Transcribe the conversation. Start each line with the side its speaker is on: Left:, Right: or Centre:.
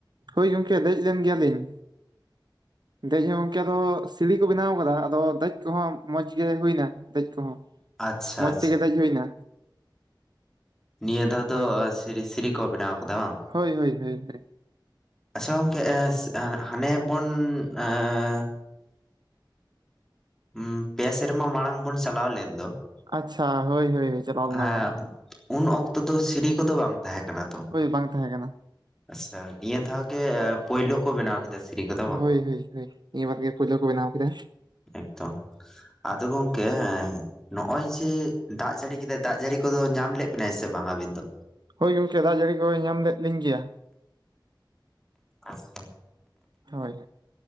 Right: ᱦᱳᱭ ᱜᱚᱝᱠᱮ ᱫᱮᱡ ᱞᱮᱱ ᱜᱮᱭᱟᱞᱤᱧ᱾ ᱫᱮᱡ ᱦᱚᱸ ᱜᱚᱢᱠᱮ ᱟᱫᱚ ᱥᱤᱲᱤ ᱠᱚ ᱵᱮᱱᱟᱣ ᱠᱟᱫᱟ ᱟᱫᱚ ᱫᱮᱡ ᱠᱚᱦᱚᱸ ᱢᱚᱸᱡᱽ ᱜᱮ ᱦᱩᱭᱱᱟ ᱫᱮᱡ ᱠᱚᱦᱚᱸ᱾
Centre: ᱟᱪᱪᱷᱟ
Right: ᱢᱚᱡᱽ
Centre: ᱟᱪᱪᱷᱟ
Right: ᱛᱮᱜᱮ ᱫᱮᱡ ᱦᱩᱭᱱᱟ᱾
Centre: ᱱᱤᱭᱟᱹ ᱫᱷᱟᱣ
Right: ᱦᱳᱭ
Centre: ᱫᱚ ᱥᱤᱨᱤ ᱥᱤᱨᱤ ᱠᱚ ᱵᱮᱱᱟᱣ ᱠᱟᱫᱟ ᱵᱟᱝ?
Right: ᱦᱳᱭ ᱦᱳᱭ ᱦᱳᱭ ᱦᱳᱭ
Centre: ᱟᱪᱪᱷᱟ ᱜᱚᱝᱠᱮ ᱮᱸᱥ ᱦᱟᱱᱮ ᱵᱚᱱ ᱮᱸ ᱩᱸ ᱯᱮ ᱥᱮᱨᱢᱟ ᱢᱟᱲᱟᱝ ᱵᱩᱱ ᱪᱟᱞᱟᱣ ᱞᱮᱱ ᱫᱚ᱾
Right: ᱟᱪᱪᱷᱟ ᱦᱳᱭ ᱦᱳᱭ ᱪᱟᱞᱟᱣᱞᱮᱱᱟ
Centre: ᱦᱮᱸ
Right: ᱵᱚᱱ᱾
Centre: ᱩᱱ ᱚᱠᱛᱚ ᱫᱚ ᱥᱤᱨᱤ ᱠᱚᱫᱚ ᱵᱟᱝ ᱛᱟᱦᱮᱸ ᱠᱟᱱᱟ ᱛᱚ?
Right: ᱦᱳᱭ ᱵᱟᱝ ᱛᱟᱦᱮᱸ ᱠᱟᱱᱟ᱾
Centre: ᱟᱪᱪᱷᱟ ᱱᱤᱭᱟᱹ ᱫᱷᱟᱣ ᱜᱮ ᱮᱸ ᱯᱩᱭᱞᱳ ᱠᱚ ᱵᱮᱱᱟᱣ ᱠᱮᱫᱟ ᱥᱤᱨᱤ ᱠᱚᱫᱚ ᱵᱟᱝ?
Right: ᱦᱳᱭ ᱦᱳᱭ ᱦᱳᱭ ᱱᱤᱭᱟᱹ ᱵᱟᱨ ᱜᱮ ᱯᱳᱭᱞᱳ ᱠᱚ ᱵᱮᱱᱟᱣ ᱠᱮᱫᱟ᱾
Centre: ᱮᱠᱫᱚᱢ ᱟᱫᱟ ᱜᱚᱢᱠᱮ ᱱᱚᱜ ᱚᱭ ᱡᱮ ᱫᱟᱜ ᱡᱟᱹᱲᱤ ᱠᱮᱫᱟᱭ ᱫᱟᱜ ᱡᱟᱹᱲᱤ ᱠᱚᱫᱚ ᱧᱟᱢ ᱞᱮᱫ ᱵᱤᱱᱟᱭ ᱥᱮ ᱵᱟᱝ ᱟᱵᱤᱱ ᱫᱚ?
Right: ᱦᱳᱭ ᱜᱚᱝᱠᱮ ᱫᱟᱜ ᱡᱟᱹᱲᱤ ᱠᱚᱦᱚᱭ ᱧᱟᱢ ᱞᱮᱫ ᱞᱤᱧ ᱜᱮᱭᱟ᱾
Centre: ᱟᱪᱪᱷᱟ᱾
Right: ᱦᱳᱭ᱾